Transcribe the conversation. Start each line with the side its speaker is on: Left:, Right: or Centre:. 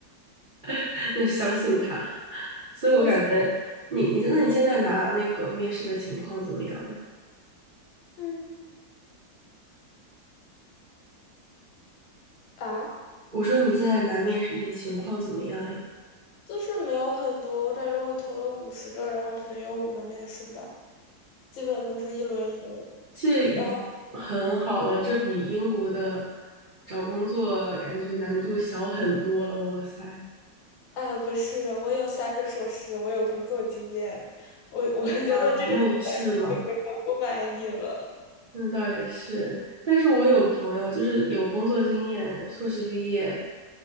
Right: <laughs> 那相信他。<laughs> 所以我感觉你你那你现在拿那个面试的情况怎么样呀？
Left: 我喜嗯，啊，
Right: 我说你现在拿面试的情况怎么样呀？
Left: 就是没有很多，我感觉我投了五十个，然后可能有五个面试吧，基本都是一轮游。
Right: 这已很好了，
Left: 然后，
Right: 这比英国的找工作感觉难度小很多了。哇塞，
Left: 哎，不是，我有三个硕士，我有工作经验，我我觉得这个对我来说我不满意了。
Right: 啊，那也是了，那倒也是。但是我有朋友就是有工作经验，硕士毕业，